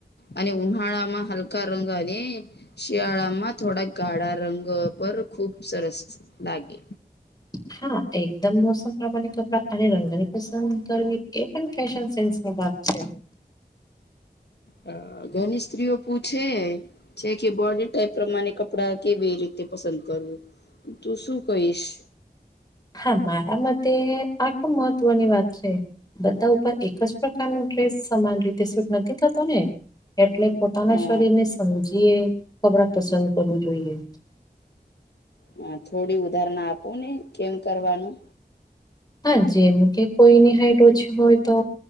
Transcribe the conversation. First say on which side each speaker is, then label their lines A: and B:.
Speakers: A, on the left; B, on the left.
A: અને ઉનાળા માં હલકા રંગ અને શિયાળામાં થોડાક ગાળા રંગ પર ખુબ સરસ લાગે
B: હા એકદમ મોસમ પ્રમાણે કપડા અને રંગની પસંદ કરવી એ પણ ફેશન સેન્સ એ વાત છે.
A: હ ઘણી સ્ત્રીઓ પૂછે છે કે બોડી ટાઈપ પ્રમાણે કપડા કેવી રીતે પસંદ કરવું. તો શું કહીશ.
B: હા મારા મતે આ ખૂબ મહત્વની વાત છે. બધા ઉપર એક જ પ્રકાર નુ ડ્રેસ સમાન રીતે સૂટ નથી થતો ને એટલે પોતાના
A: અ
B: શરીરને સમજી કપડા પસંદ કરવું જોઈએ.
A: હા થોડી ઉદાહરણા આપો ને કેમ કરવાનું
B: હા જે એમ કે કોઈની હાઈટ ઓછી હોય તો